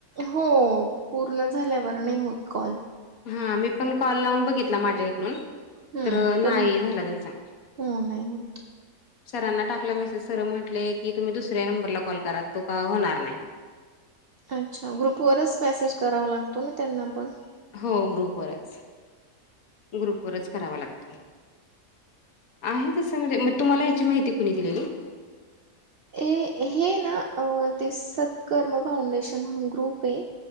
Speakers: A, on the right (about 70°); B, on the left (about 70°).
A: हो पूर्ण झाल्यांवर नाहीं होतं कॉल
B: हां मी पणं कॉल लावूंन बघितलां माझ्या इकडूंन
A: हम्म
B: तरं
A: पण
B: नाहीं झालां त्यांचा
A: हो नाही होत.
B: सरांना टाकला मेसेज सर म्हटले की तुम्ही दुसऱ्या नंबरला कॉल करा तो का होणार नाही.
A: अच्छा ग्रुपवरच मेसेज करावां लागतो ना त्यांना पण.
B: हो ग्रुपवरच, ग्रुपवरच करावा लागत. आहे तसं म्हणजे मग तुम्हाला ह्याची माहिती कुणी दिलेली.
A: ए हे ना ते सत्कर्म फाउंडेशन म्हणून ग्रुप आहे.